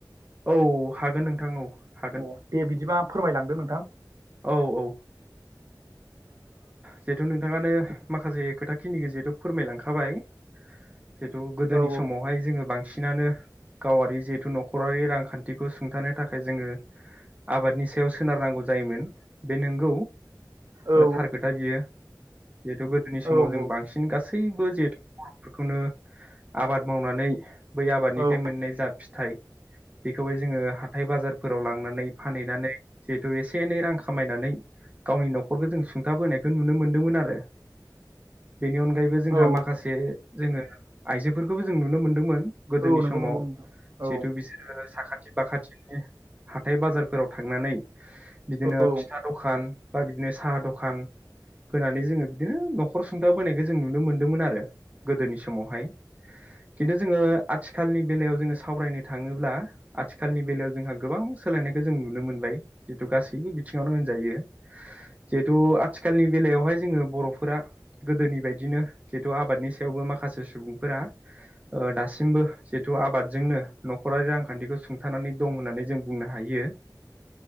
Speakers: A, on the right (about 20°); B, on the right (about 50°).
A: औ हागोन नोंथां औ हागोन
B: अ दे बिदिबा फोरमायलांदो नोंथां!
A: औ औ जिहेथु ओ नोंथाङानो माखासे खोथा खिनिखौ जिहेथु फोरमायलांखाबाय जिहेतु गोदोनि
B: औ
A: समावहाय जोङो बांसिन बिसिनानो गावारि जिहेथु न'खरारि रांखान्थिखौ सुंथानो थाखाय जोङो आबादनि सायाव सोनारनांगौ जायोमोन बे नंगौ।
B: औ
A: थार खोथा बेयो जिहेथु गोदोनि समाव
B: औ
A: जों
B: औ नंगौ
A: बांसिन गास गासैबो जेथफोरखौनो आबाद मावनानै बै आबादनिफ्राय
B: औ
A: मोननाय जा फि हाथाय बेखौहाय जोंङो हाथाय बाजारफोराव लांनानै फानहैनानै जिहेथु एसे एनै रां खामायनानै गावनि न'खरखौ जों सुंथाबोनायखौ नुनो मोनदोंमोन आरो। बेनि अनगायैबो जोंहा
B: औ
A: माखासे जोंङो आइजोफोरखौबो जों नुनो मोनदोंमोन। गोदोनि
B: औ नंगौ
A: समाव
B: नंगौ नोंथां
A: जिहेतु
B: औ
A: बिसोरो साखाथि <unintelligible> खाथिनि हाथाय बाजारफोराव थांनानै बिदिनो
B: औ औ
A: फिथा दखान बा बिदिनो साहा दखान होनानै जोंङो बिदिनो न'खर सुंथा बोनायखौ जों नुनो मोनदोंमोन आरो गोदोनि समावहाय। खिन्थु जोंङो आथिखालनि बेलायाव जोंङो सावरायनो थाङोब्ला आथिखालनि बेलायाव जोंहा गोबां सोलायनायखौ जों नुनो मोनबाय। जितु गासैबो बि बिथिङावनो होनजायो जिहेथु आथिखालनि बेलायावहाय जोंङो बर'फोरा गोदोनि बायदिनो जिहेतु आबादनि सायावबो माखासे सुबुंफोरा ओ दासिमबो जिहेतु आबादजोंनो न'खरारि रांखान्थिखौ सुंथानानै दं होननानै जों बुंनो हायो।